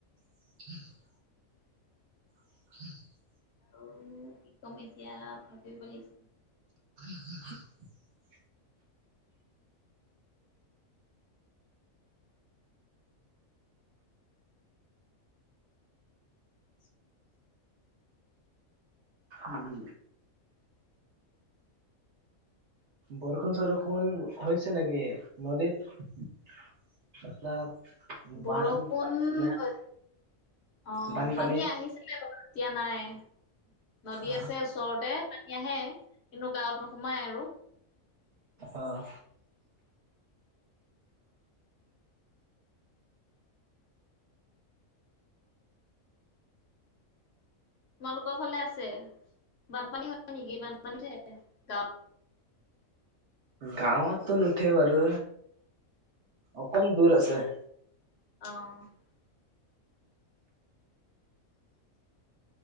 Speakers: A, on the right (about 60°); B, on the left (about 60°).
A: <inaudible> <inaudible>
B: আৰু কি ক'ম এতিয়া ভাবি ব' লাগিছে।
A: <inaudible>
B: <inaudible>
A: উম, বৰষুণ চৰষুণ হৈছে নেকি নদীত? <unintelligible>
B: বৰষুণ
A: বানপানী
B: হৈ অ',
A: বানপানী
B: পানী আহিছিলে বা এতিয়া নাই নদী
A: অ
B: আছে ওচৰতে পানী য়াহে কিন্তু গাঁৱত নোসোমাই আৰু।
A: অ',
B: তোমালোকৰ ফালে আছে বানপানী হয় নেকি বানপানীতহে গাঁৱত?
A: গাঁৱতটো নুঠে বাৰু অকণ দূৰ আছে।
B: অ',